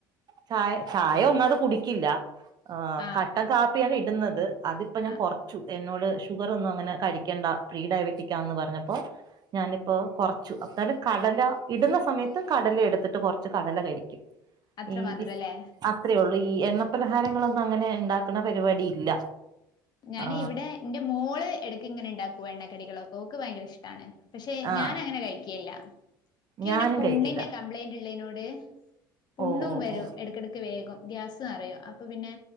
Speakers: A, on the right; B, on the left.
A: ചായ ചായ ഒന്നും അത് കുടിക്കില്ല ആ്
B: ആഹ്
A: കട്ടൻ കാപ്പിയാണ് ഇടുന്നത് അതിപ്പ ഞാൻ
B: ആഹ്
A: കുറച്ചു എന്നോട് ഷുഗർ ഒന്നും അങ്ങനെ കഴിക്കണ്ട പ്രീ ഡയബറ്റിക്കാന്ന് പറഞ്ഞപ്പോ ഞാനിപ്പ കുറച്ചു അല് കടല ഇടുന്ന സമയത്ത് കടല എടുത്തിട്ട് കുറച്ച് കടല കഴിക്കും
B: അത്ര
A: ഈ
B: മാത്രല്ലേ
A: അത്രേ ഉള്ളൂ ഈ എണ്ണ പലഹാരങ്ങളൊന്നും അങ്ങനെ ഉണ്ടാക്കണ പരിപാടി ഇല്ല
B: ഞാൻ
A: ആ
B: ഇവിടെ എന്റെ മോള് എടക്ക ഇങ്ങനെ ഉണ്ടാക്കുവ എണ്ണക്കടികളൊക്കെഓക്ക് ഭയങ്ക ഇഷ്ടമാണ് പക്ഷെ
A: ആ
B: ഞാൻ അങ്ങനെ കഴിക്കല്ല എ ഇങ്ങനെ
A: ഞാനും
B: പുണ്ണിന്റെ
A: കഴിക്കില്ല
B: കംപ്ലൈന്റ് ഉള്ളതിനോട് പുണ്ണും
A: ഓ ഓ
B: വരും
A: ഓ
B: ഇടക്കിടയ്ക്ക് വേഗം ഗ്യാസന്ന് അറിയോ അപ്പൊ പിന്നെ